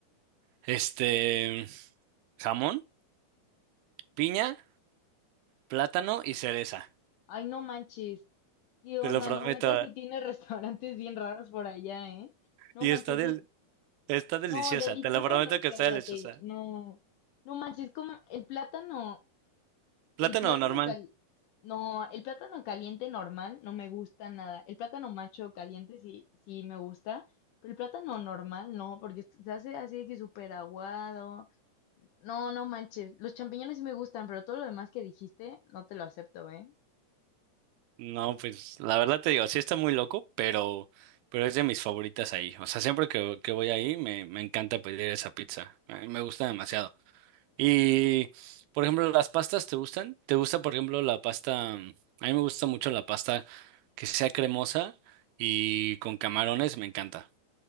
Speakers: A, on the right (about 80°); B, on the left (about 75°).
A: este, jamón, piña, plátano y cereza.
B: Ay, no manches. ¿Qué onda?
A: Te lo prometo.
B: No, neta, sí tiene <laughs> restaurantes bien raros por allá, ¿eh? No
A: Y
B: manches,
A: está del,
B: lo...
A: está deliciosa,
B: no, deliciosa,
A: te lo prometo
B: no,
A: que
B: cállate.
A: está deliciosa.
B: No, no manches, como el plátano,
A: Plátano
B: el plátano
A: normal.
B: cal... No, el plátano caliente normal no me gusta nada. El plátano macho caliente sí, sí me gusta, pero el plátano normal no, porque se hace así de que súper aguado. No, no manches. Los champiñones sí me gustan, pero todo lo demás que dijiste no te lo acepto, ¿eh?
A: No, pues la verdad te digo, sí está muy loco, pero, pero es de mis favoritas ahí. O sea, siempre que, que voy ahí me, me encanta pedir esa pizza. Eh, Me gusta demasiado. Y, por ejemplo, ¿las pastas te gustan? ¿Te gusta, por ejemplo, la pasta? A mí me gusta mucho la pasta que sea cremosa y con camarones, me encanta.